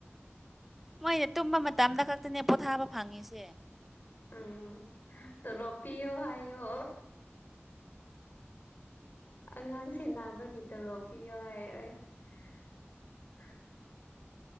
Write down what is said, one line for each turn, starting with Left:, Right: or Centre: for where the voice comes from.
Centre: ꯃꯣꯏꯅ ꯇꯨꯝꯕ ꯃꯇꯝꯗ ꯈꯛꯇꯅꯦ ꯄꯣꯊꯥꯕ ꯐꯪꯉꯤꯁꯦ
Left: ꯎꯝ ꯇꯣꯔꯣꯞ ꯄꯤꯌꯣ ꯍꯥꯏꯌꯣ ꯑꯉꯥꯡ ꯁꯦꯟꯅꯥꯕꯒꯤ ꯇꯔꯣꯞ ꯄꯤꯌꯣ ꯍꯥꯏꯌꯣꯏ <inaudible>